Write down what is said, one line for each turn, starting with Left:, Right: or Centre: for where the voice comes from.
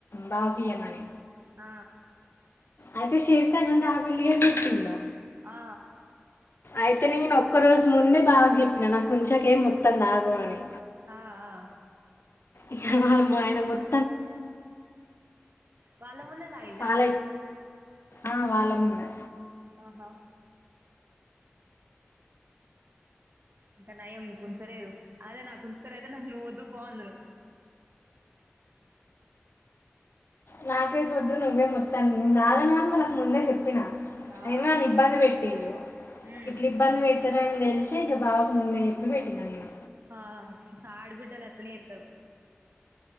Left: బావ కియ్యమని
Right: ఆ
Left: అయితే శేరిశగం తాగుల్లి అనిచెప్పిల్లు
Right: ఆ
Left: అయితే నేన్ ఒక్క రోజు ముందే బావకి చెప్పిన నాకు ఉంచకే మొత్తం తాగు అని
Right: ఆ అ
Left: ఇగ మా ఆయన మొత్
Right: వాళ్ళ ముందే తాగిల్ల
Left: వాళ్ళ ఆ వాళ్ళముందే
Right: ఆహా ఇంక నయం కుచ్చలేదు అదే నాకు కూచుతనయితే నేన్ నొ ఒద్దుపొ అందును
Left: నాకుఐతే ఒద్దు నువ్వే మొత్తం నేన్ తాగను అని వాళ్ళ కు ముందేజెప్పిన
Right: ఆ
Left: అయిన నన్ను ఇబ్బంది పెటింళ్లు
Right: ఉమ్
Left: ఇట్ల ఇబ్బంది పెడ్తరు అనితెల్షి షె ఇగ బావకి ముందే చేప్పి పెట్టిన నేను
Right: ఆ ఆడిబిడ్డలు అట్లనే ఏత్తరు